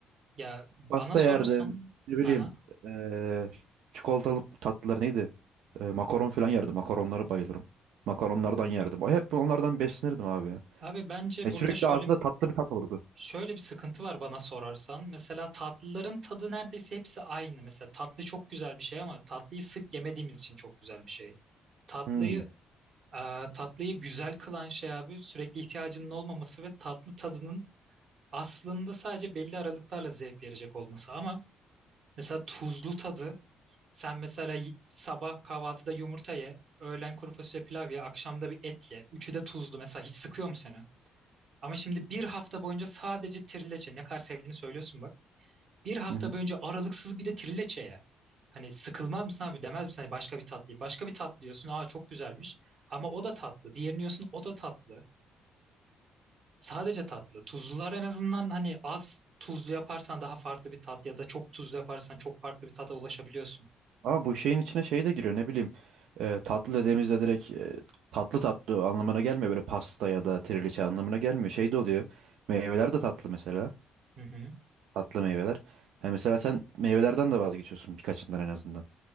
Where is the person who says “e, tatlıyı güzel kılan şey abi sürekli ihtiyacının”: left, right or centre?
Right